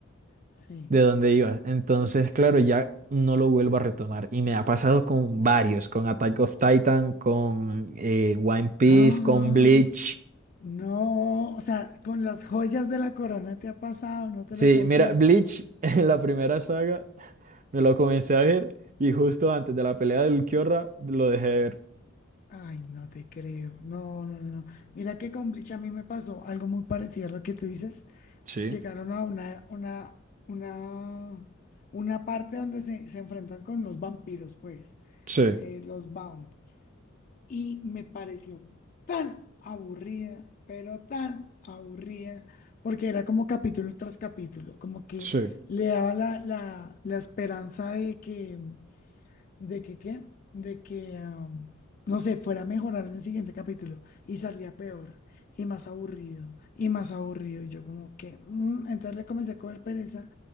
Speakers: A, on the left (about 40°); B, on the right (about 40°).
A: sí.
B: de donde iba. Entonces, claro, ya no lo vuelvo a retomar. Y me ha pasado con varios, con Attack of Titan, con eh, One Piece,
A: ¡Ah!
B: con Bleach.
A: No, o sea, con las joyas de la corona te ha pasado, no te
B: Sí,
A: lo puedo
B: mira,
A: creer.
B: Bleach <laughs> en la primera saga me lo comencé a ver y justo antes de la pelea del Kyora lo dejé de ver.
A: Ay, no te creo. No, no, no. Mira que con Bleach a mí me pasó algo muy parecido a lo que tú dices.
B: Sí,
A: Llegaron a una, una, una, una parte donde se, se enfrentan con los vampiros, pues,
B: sí,
A: eh, los Bound. y me pareció tan aburrida, pero tan aburrida, porque era como capítulo tras capítulo, como que
B: sí,
A: le daba la, la, la esperanza de que de que qué, de que, am, no sé, fuera a mejorar en el siguiente capítulo y salía peor y más aburrido y más aburrido. Y yo como que, mm, entonces le comencé a coger pereza